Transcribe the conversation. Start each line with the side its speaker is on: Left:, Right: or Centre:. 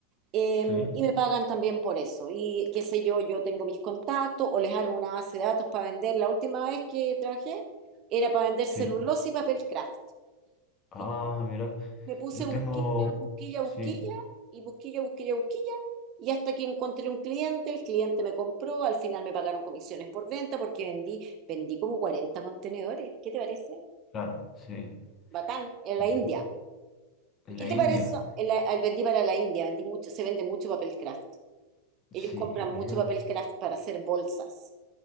Right: eh,
Left: sí,
Right: y me pagan también por eso. Y qué sé yo, yo tengo mis contactos o les armo una base de datos para vender. La última vez que trabajé era para vender
Left: sí.
Right: celulosa y papel craft.
Left: Ah,
Right: Y yo
Left: mira,
Right: me puse
Left: yo
Right: busquilla,
Left: tengo,
Right: busquilla,
Left: sí,
Right: busquilla y busquilla, busquilla, busquilla. Y hasta que encontré un cliente, el cliente me compró, al final me pagaron comisiones por venta porque vendí, vendí como 40 contenedores. ¿Qué te parece?
Left: claro, sí,
Right: Batán, en
Left: mira,
Right: la India.
Left: en
Right: ¿Y qué
Left: la
Right: te
Left: India,
Right: parece? En la- eh, vendí para la India, vendí mucho, se vende mucho papel craft. ellos
Left: sí,
Right: compran
Left: mira,
Right: mucho papel craft para hacer bolsas.